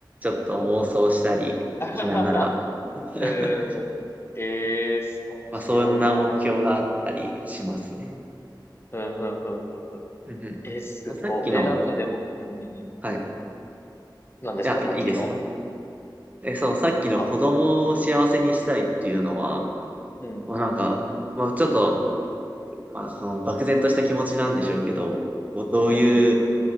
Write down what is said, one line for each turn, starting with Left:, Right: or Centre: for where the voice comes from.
Right: ょっと妄想したりしながら、
Left: <laughs>
Right: <laughs>
Left: うん。ええー、面白いな。
Right: まあそんな目標があったりしますね。
Left: うん、うん、うん、うん。うん
Right: うんう
Left: えー、すごい。
Right: ん、さっきの、
Left: え、なんかでも、うん、うん、うん。
Right: はい。
Left: なんですか、
Right: いや、
Left: さっきの
Right: いいですよ。え、そのさっきの子供を幸せにしたいっていうのは、
Left: あ、うん、うん、
Right: まあなんか、まあちょっとまあ、その漠然とした気持ちなんでしょうけど、こうどういう
Left: うん、うん。